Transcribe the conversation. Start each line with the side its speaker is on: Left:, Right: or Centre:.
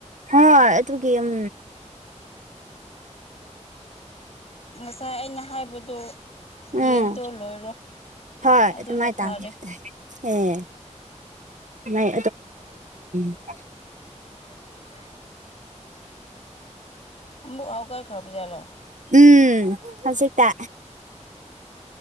Right: ꯍꯣꯏ ꯑꯗꯨꯒꯤ ꯎꯝ
Left: ꯉꯁꯥꯏ ꯑꯩꯅ ꯍꯥꯏꯕꯗꯨ
Right: ꯎꯝ
Left: ꯌꯦꯟꯗꯣ ꯂꯣꯏꯔꯣ
Right: ꯍꯣꯏ
Left: ꯑꯗꯨꯅ
Right: ꯑꯗꯨꯃꯥꯏꯅ
Left: ꯐꯔꯦ
Right: ꯇꯥꯒꯦ ꯑꯦ ꯃꯥꯏ <unintelligible>
Left: <unintelligible> <unintelligible>
Right: ꯎꯝ ꯍꯁꯤꯛꯇ